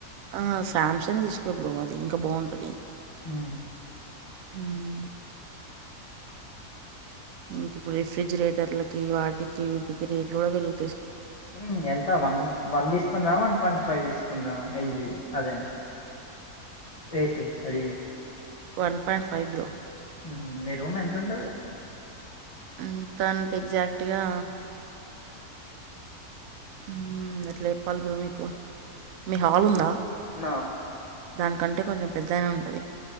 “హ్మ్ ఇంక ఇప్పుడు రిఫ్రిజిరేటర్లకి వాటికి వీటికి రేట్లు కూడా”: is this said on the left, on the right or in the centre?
Right